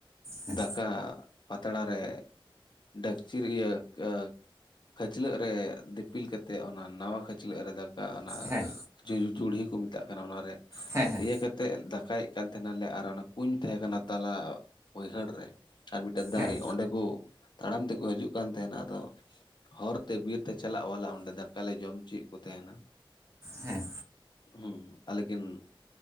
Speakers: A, on the right; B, on the left.
A: ᱦᱮᱸ
B: ᱫᱟᱠᱟ ᱯᱟᱛᱲᱟ ᱨᱮ ᱰᱮᱠᱪᱤᱨ ᱤᱭᱟᱹ ᱟ. ᱠᱷᱟᱹᱪᱞᱟᱹᱜ ᱨᱮ ᱫᱤᱯᱤᱞ ᱠᱟᱛᱮᱫ ᱚᱱᱟ ᱱᱟᱣᱟ ᱠᱷᱟᱹᱪᱞᱟᱹᱜ ᱨᱮ ᱫᱟᱠᱟ ᱚᱱᱟ
A: ᱦᱮᱸ
B: ᱡᱩ ᱡᱩᱲᱦᱤ ᱠᱚ ᱢᱮᱛᱟᱜ ᱠᱟᱱᱟ ᱚᱱᱟᱨᱮ
A: ᱦᱮᱸ ᱦᱮᱸ
B: ᱤᱭᱟᱹ ᱠᱟᱛᱮᱫ ᱫᱟᱠᱟᱭᱮᱫ ᱠᱟᱱ ᱛᱟᱦᱮᱱᱟᱞᱮ ᱟᱨ ᱚᱱᱟ ᱠᱩᱧ ᱛᱟᱦᱮᱸ ᱠᱟᱱᱟ ᱛᱟᱞᱟ ᱵᱟᱹᱭᱦᱟᱹᱲ ᱨᱮ ᱟᱨ ᱢᱤᱫᱴᱮᱡ ᱫᱟᱨᱮ
A: ᱦᱮᱸ
B: ᱚᱸᱰᱮ ᱠᱚ ᱛᱟᱲᱟᱢ ᱛᱮᱠᱚ ᱦᱤᱡᱩᱜ ᱠᱟᱱ ᱛᱟᱦᱮᱱᱟ ᱟᱫᱚ ᱦᱚᱨᱛᱮ ᱵᱤᱨᱛᱮ ᱪᱟᱞᱟᱜ ᱚᱞᱟᱜ ᱣᱟᱞᱟ ᱚᱸᱰᱮ ᱫᱟᱠᱟᱞᱮ ᱡᱚᱢ ᱚᱪᱚᱭᱮᱫ ᱠᱚ ᱛᱟᱦᱮᱱᱟ ᱾
A: ᱦᱮᱸ
B: ᱦᱮᱸ ᱟᱞᱮᱜᱤᱱ